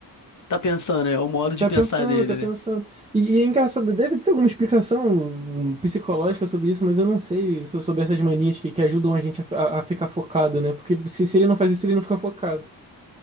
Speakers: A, on the left; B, on the right.
A: Tá pensando, é o modo de
B: Tá
A: pensar
B: pensando,
A: dele,
B: tá pensando.
A: né?
B: E, e é engraçado, deve ter alguma explicação um, psicológica sobre isso, mas eu não sei so- sobre essas manias que, que ajudam a gente a, fi- a- a ficar focado, né? Porque se, se ele não faz isso, ele não fica focado.